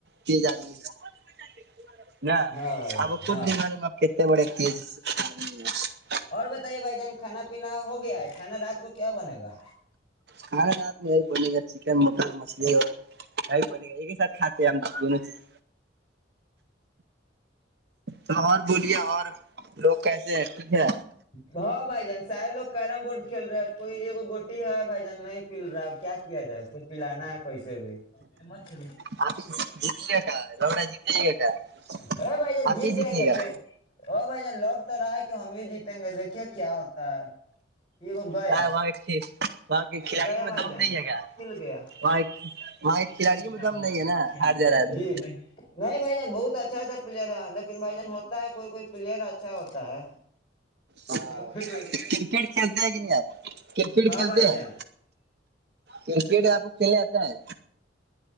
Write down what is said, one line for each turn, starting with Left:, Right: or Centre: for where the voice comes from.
Right: تیز آدمی ن
Left: ہاں بھائی
Right: اب کھ
Left: ہاں
Right: د آپ کتنے بڑے تیز <unintelligible>
Left: اور بتائیے بھائی جان کھانا پینا ہو گیا ہے کھانا رات کو کیا بنے گا
Right: کھانے رات میں یہی بنے گا چکن مٹر مچھلی اور یہی بنے گا ایک ہی ساتھ کھاتے ہیں ہم دونوں چیز تو اور بولیے اور لوگ کیسے ہیں ٹھیک ہے
Left: ہا بائی جان سارے لوگ کییرم بورڈ کھیل رہے کوئی ایک گوٹی ہے بھائی جان نہیں پل رہا کیا جائے اس کو پلانا ہے کسے بھی مچ
Right: آپ ہی جیتیے گا کا لوڑا جیت جائیے گا
Left: بھائی
Right: کا
Left: جان
Right: آپ
Left: جیت
Right: ہی جیتیے
Left: جائیں گے
Right: گا
Left: ٹ ہو بھائی جان لوگ تو رہائے ہم یہ جیتیں گے دیکھیے کیا ہوتا ہے یہ گیا
Right: کیا وہاں وہاں کے کھلاڑیوں
Left: گیا
Right: میں
Left: بھائی
Right: دم
Left: جان
Right: نہیں ہے کیا
Left: مل گیا
Right: وہاں وہاں
Left: نکالو
Right: کے کھلاڑیوں میں دم نہیں
Left: نا
Right: ہے
Left: ج
Right: ہار
Left: نہیں
Right: جا رہا ہے لوگ
Left: بھائی جان بہت اچھا اچھا پلیئر ہیں لیکن بھائی جان کوئی کوئی پلیئر اچھا ہوتا ہے
Right: ہاں
Left: ئی کوئی
Right: کرکٹ کھیلتے ہیں کہ نہیں آپ کرکٹ
Left: ہاں
Right: کھیلتے
Left: بھائی
Right: ہیں
Left: ج
Right: کرکٹ آپ کو کھیلنے آتا ہے